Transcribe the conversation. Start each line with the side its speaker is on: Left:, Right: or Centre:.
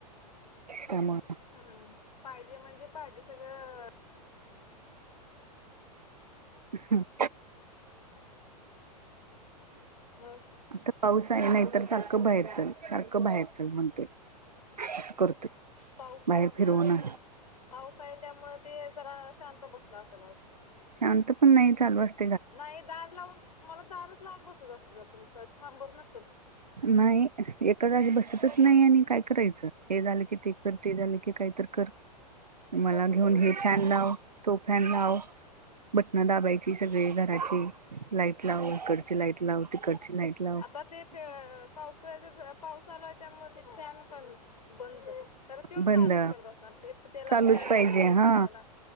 Right: त्यामुळ
Left: हम्म हम्म पाहिजे म्हणजे पाहिजे सगळं
Right: <inaudible>
Left: <inaudible> <unintelligible>
Right: आता पाऊस आहे नाही तर सारखं बाहेर चल सारखं बाहेर चल म्हणतोय असं करतोय
Left: पाऊसातन
Right: बाहेर फिरवणं
Left: पाऊस आहे त्यामुळे ते जरा शांत बसला असेल आज
Right: शांत पण नाही चालू असत
Left: नाही दार लावून तुम्हाला दारच लावून बसत असशिला तुम्ही तर थांबत नसल
Right: नाही एका जागी बसतच नाही आणि काय करायचं हे झालं की ते कर ते झाली की काही तर कर मला
Left: कोथंबीर
Right: घेऊन
Left: जरा
Right: हे फॅन लाव तो फॅन लाव
Left: हम्म
Right: बटण दाबायची सगळी घराची लाईट लाव इकडची लाईट लाव तिकडची लाईट लाव
Left: आता ते प पावसाळे पाऊस आलाय त्यामुळ ते फॅन पण बंद परत त्यो
Right: बंद
Left: चालूच करत असणार तेप त्याला
Right: चालूच
Left: खेळायला
Right: पाहिजे हा
Left: हे करायला